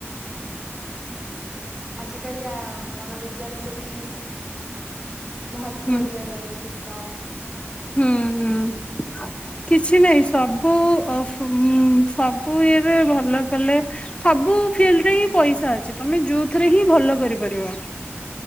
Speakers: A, in the centre; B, on the left.
A: ଆଜିିକାଲି ଆ ମନୋବିଜ୍ଞାନକୁ ବି ମହତ୍ୱ
B: ହୁଁ
A: ଦିଆଯାଉଚି ତ
B: ହୁଁ ହୁଁ କିଛି ନାଇଁ ସବୁ ଉଁ ସବୁ ଇଏରେ ଭଲ କଲେ ସବୁ ଫିଲ୍ଡରେ ହିଁ ପଇସା ଅଛି ତମେ ଯୋଉଥିରେ ହିଁ ଭଲ କରିପାରିବ